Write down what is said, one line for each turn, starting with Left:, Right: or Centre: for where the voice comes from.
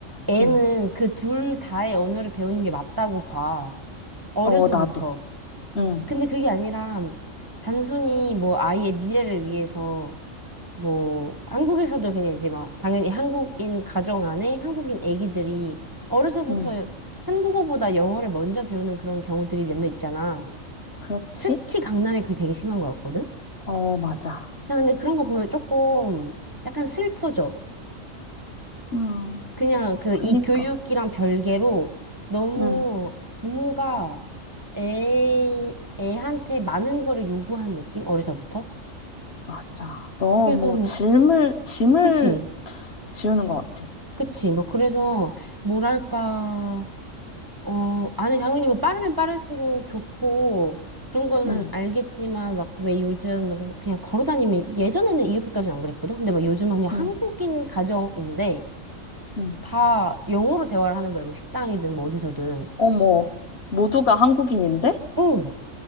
Right: 애는
Left: 응.
Right: 그 둘 다의 언어를 배우는 게 맞다고 봐. 어려서부터.
Left: 어, 나도. 응,
Right: 근데 그게 아니라 단순히 뭐 아이의 미래를 위해서 뭐 한국에서도 그냥 이제 막 당연히 한국인 가정 안에 한국인 애기들이 어려서부터
Left: 응.
Right: 한국어보다 영어를 먼저 배우는 그런 경우들이 몇몇 있잖아.
Left: 그렇지?
Right: 특히 강남이 그게 되게 심한 것 같거든?
Left: 어, 맞아.
Right: 그냥 근데 그런 거 보면 조금 약간 슬퍼져.
Left: 음,
Right: 그냥 그
Left: 그니까.
Right: 이 교육이랑 별개로 너무
Left: 응,
Right: 부모가 애, 애한테 많은 거를 요구한 느낌? 어리서부터?
Left: 맞아. 너무
Right: 그래서,
Left: 짐을, 짐을
Right: 그치,
Left: 지우는 것 같아.
Right: 그치. 뭐, 그래서, 뭐랄까. 어, 아니, 당연히 뭐 빠르면 빠를수록 좋고, 그런 거는
Left: 응,
Right: 알겠지만, 막 왜 요즘 그냥 걸어 다니면, 예전에는 이렇게까지는 안 그랬거든? 근데 막 요즘은 그냥 한국인
Left: 응,
Right: 가정인데,
Left: 응.
Right: 다 영어로 대화를 하는 거예요. 뭐 식당이든 뭐 어디서든.
Left: 어머, 모두가 한국인인데?
Right: 응,